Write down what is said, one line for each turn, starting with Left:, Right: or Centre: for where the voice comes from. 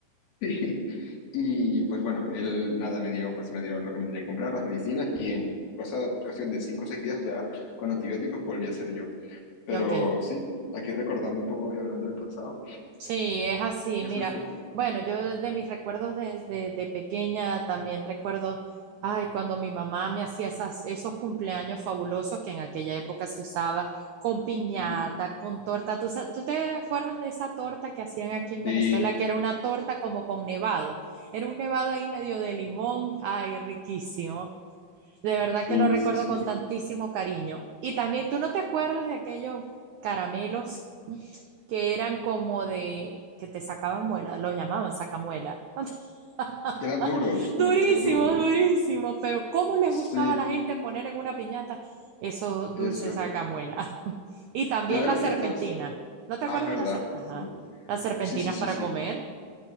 Left: Sí. Y pues bueno, él nada me dio, pues me dio lo que me tenía que comprar, las medicinas, y en cosa, cuestión de cinco o seis días ya con antibióticos volví a ser yo. Pero
Right: Ok.
Left: sí, aquí recordando un poco y hablando del pasado,
Right: Sí, es así.
Left: eso
Right: Mira,
Left: fue.
Right: bueno, yo de de mis recuerdos desde de pequeña también recuerdo, ay, cuando mi mamá me hacía esas, esos cumpleaños fabulosos que en aquella época se usaba con piñata,
Left: Mm.
Right: con torta. ¿Tú, sa- tú te acuerdas de esa torta que hacían aquí en Venezuela,
Left: Sí,
Right: que era una torta como con nevado? Era un nevado ahí medio de limón, ay, riquísimo. De verdad
Left: sí,
Right: que lo recuerdo
Left: sí, sí.
Right: con tantísimo cariño. Y también, ¿tú no te acuerdas de aquellos caramelos que eran como de, que te sacaban muela, los llamaban sacamuela? <laughs>
Left: Que eran duros,
Right: Durísimos,
Left: como súper duros, ¿no?
Right: durísimos, pero ¿cómo les
Left: Sí,
Right: gustaba a la gente poner en una piñata esos
Left: eso.
Right: dulces sacamuela? <laughs> Y también
Left: Yo de
Right: las
Left: las fiestas,
Right: serpentinas. ¿No te
Left: ah,
Right: acuerdas
Left: es verdad,
Right: de las, ser- Ajá.
Left: sí.
Right: las serpentinas
Left: Sí, sí, sí,
Right: para
Left: sí.
Right: comer?